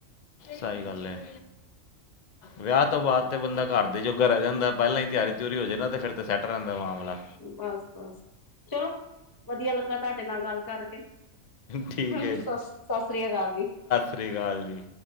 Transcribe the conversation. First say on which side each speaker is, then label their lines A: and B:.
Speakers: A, on the left (about 45°); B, on the left (about 20°).
A: ਸਹੀ ਗੱਲ ਹੈ ਵਿਆਹ ਤੋਂ ਬਾਅਦ ਤੇ ਬੰਦਾ ਘਰ ਦੇ ਜੋਗਰਹਿ ਜਾਂਦਾ ਪਹਿਲਾਂ ਹੀ ਤਿਆਰੀ ਤਉਰੀ ਹੋ ਜਾੇ ਨਾ ਤੇ ਫਿਰ ਤੇ ਸੈੱਟ ਰਹਿੰਦਾ ਮਾਮਲਾ
B: ਬਸ ਬਸ ਚਲੋ ਵਧੀਆ ਲੱਗਾ ਤੁਹਾਡੇ ਨਾਲ ਗੱਲ ਕਰ
A: ਠੀਕ
B: ਹਾਂ ਸ ਸਤਿ ਸ੍ਰੀ ਅਕਾਲ ਜੀ
A: ਸ਼੍ਰੀ ਅਕਾਲ ਜੀ